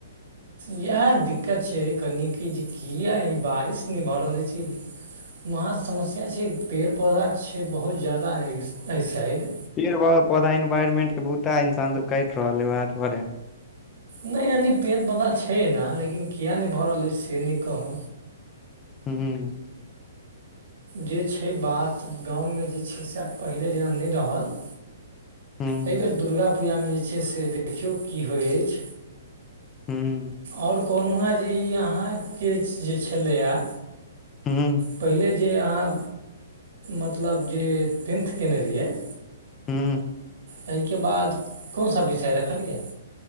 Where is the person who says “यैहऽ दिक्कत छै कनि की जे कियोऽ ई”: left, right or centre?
Right